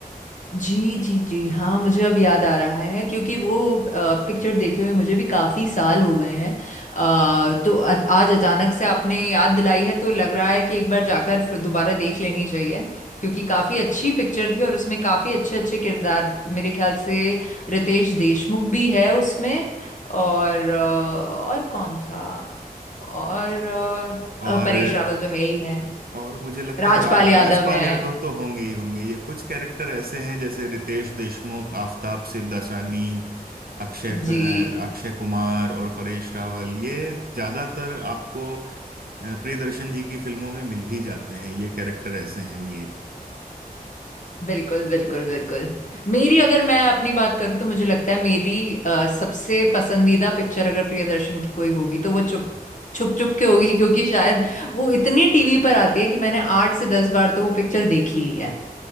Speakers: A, on the left; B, on the right.
A: जी जी जी हाँ मुझे अब याद आ रहा है क्योंकि वो पिक्चर देखे हुए मुझे भी काफी साल हो गए हैं अ, तो आज आज अचानक से आपने याद दिलाई है तो लग रहा है कि एक बार जाकर फिर दोबारा देख लेनी चाहिए क्योंकि काफी अच्छी पिक्चर थी और उसमें काफी अच्छे अच्छे किरदार मेरे ख्याल से रितेश देशमुख भी है उसमें और अ, और कौन था और अ,
B: और
A: अ, परेश रावल तो है ही है
B: और मुझे लगता
A: राजपाल
B: है रा,
A: यादव
B: राजपाल
A: है
B: यादव तो होंगे ही होंगे ये कुछ कैरेक्टर ऐसे हैं जैसे रितेश देशमुख आफताब शिवदासानी अक्षय
A: जी
B: क- अ, अक्षय कुमार और परेश रावल ये ज्यादातर आपको अ, प्रियदर्शन जी की फिल्मों में मिल ही जाते हैं ये कैरेक्टर ऐसे हैं ये
A: बिल्कुल बिल्कुल बिल्कुल मेरी अगर मैं अपनी बात करूँ तो मुझे लगता है मेरी अ, सबसे पसंदीदा पिक्चर अगर प्रियदर्शन की कोई होगी तो वो चुप छुप छुप के होगी क्योंकि शायद वो इतनी टीवी पर आती है कि मैंने आठ से दस बार तो वो पिक्चर देख ही लिया